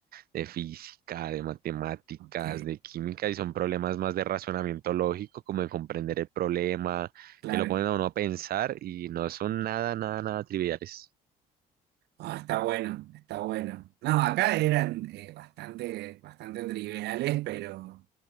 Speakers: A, on the right (about 60°); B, on the right (about 80°).
A: de física, de matemáticas,
B: ok.
A: de química, y son problemas más de razonamiento lógico, como de comprender el problema,
B: Claro.
A: que lo ponen a uno a pensar y no son nada, nada, nada triviales.
B: Ah, está bueno, está bueno. No, acá eran eh, bastante, bastante triviales, pero